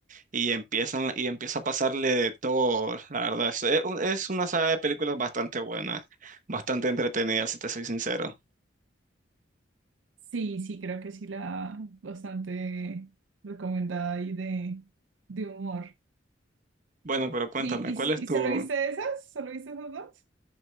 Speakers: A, on the right (about 40°); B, on the right (about 75°).
A: y empiezan y empieza a pasarle de todo, la verdad. Es, es un- es una saga de películas bastante buena, bastante entretenida, si te soy sincero.
B: Sí, sí, creo que sí la bastante recomendada ahí de, de humor.
A: Bueno, pero cuéntame,
B: ¿Y,
A: ¿cuál
B: y, sí,
A: es
B: ¿y
A: tu,
B: solo viste esas? ¿Solo viste esas dos?